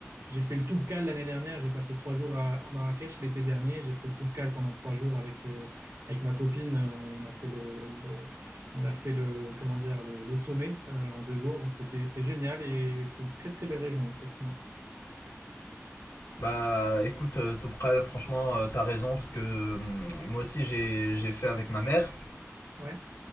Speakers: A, on the right; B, on the left.
A: j'ai fait le Toubkal l'année dernière. J'ai passé trois jours à, à Marrakech l'été dernier. J'ai fait le Toubkal pendant trois jours avec, euh, avec ma copine. Euh, On a fait le, le- on a fait le, comment dire, le, le sommet euh, en deux jours. Donc c'était, c'était génial et c'est une très très belle région, effectivement.
B: Bah écoute, euh, Topral, franchement, euh, t'as raison, parce que hum, moi aussi j'ai j'ai fait avec ma mère.
A: Ouais.